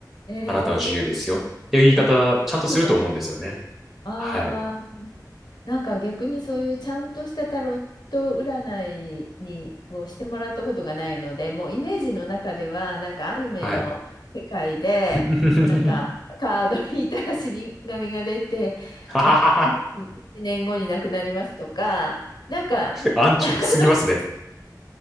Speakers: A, on the left (about 75°); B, in the centre.
A: ー、えー、
B: あなたの自由ですよっていう言い方、
A: あ、
B: ちゃんとすると思うんですよね。
A: そうなんですね。ああ、
B: はい。
A: なんか逆にそういうちゃんとしたタロット占いにをしてもらったことがないので、もうイメージの中ではなんかアニメの世界でなんかカード引いたら死神が出て、
B: はい。<laughs> はははは。
A: あ、1年後に亡くなりますとか、なんか、
B: 安直すぎますね。
A: <laughs>